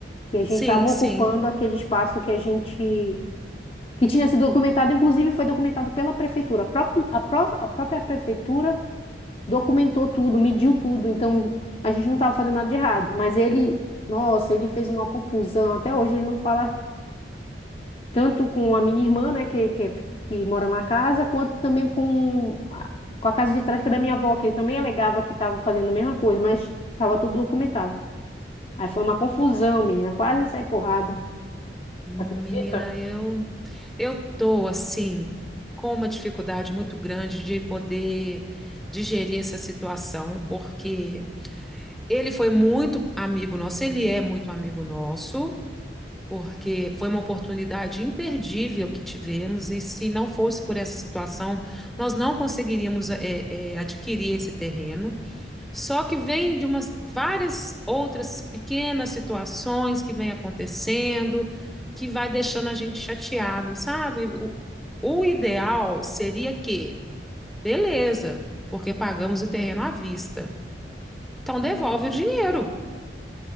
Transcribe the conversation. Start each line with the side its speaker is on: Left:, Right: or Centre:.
Left: que a gente
Centre: Sim,
Left: estava ocupando
Centre: sim.
Left: aquele espaço que a gente que tinha sido documentado, inclusive foi documentado pela prefeitura. A própria, a pró- a própria prefeitura documentou tudo, mediu tudo, então a gente não estava fazendo nada de errado. Mas ele, nossa, ele fez uma confusão. Até hoje ele não fala tanto com a minha irmã, né, que, que, que mora na casa, quanto também com, a- com a casa de trás, que é da minha avó, que ele também alegava que estava fazendo a mesma coisa, mas estava tudo documentado. Aí foi uma confusão, menina, quase sai porrada.
Centre: Menina,
Left: Acredita?
Centre: eu eu tô assim com uma dificuldade muito grande de poder digerir essa situação, porque ele foi muito amigo nosso, ele é muito amigo nosso, porque foi uma oportunidade imperdível que tivemos, e se não fosse por essa situação, nós não conseguiríamos eh, eh, adquirir esse terreno. Só que vem de umas várias outras pequenas situações que vem acontecendo, que vai deixando a gente chateado, sabe? O, o ideal seria que, beleza, porque pagamos o terreno à vista. Então devolve o dinheiro.